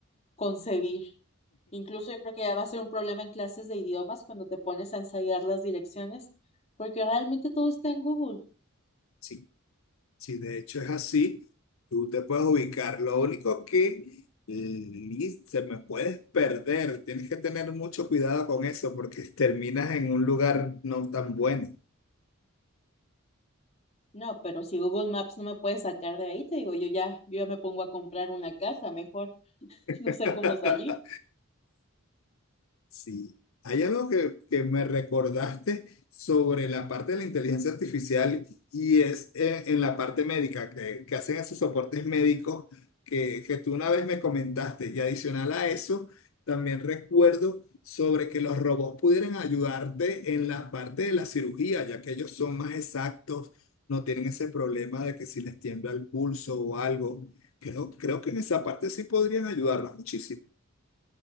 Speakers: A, on the left; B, on the left.
A: concebir. Incluso yo creo que ya va a ser un problema en clases de idiomas cuando te pones a ensayar las direcciones, porque realmente todo está en Google.
B: Sí, sí, de hecho es así, tú te puedes ubicar. Lo único que li- se me puedes perder, tienes que tener mucho cuidado con eso porque terminas en un lugar no tan bueno.
A: No, pero si Google Maps no me puede sacar de ahí, te digo, yo ya, yo ya me pongo a comprar una casa, mejor. <laughs> No
B: <laughs>
A: sé cómo salir.
B: Sí. Hay algo que, que me recordaste sobre la parte de la inteligencia artificial y es en, en la parte médica, que, que hacen esos soportes médicos que, que tú una vez me comentaste. Y adicional a eso, también recuerdo sobre que los robots pudieran ayudarte en la parte de la cirugía, ya que ellos son más exactos, no tienen ese problema de que si les tiembla el pulso o algo. Creo, creo que en esa parte sí podrían ayudarnos muchísimo.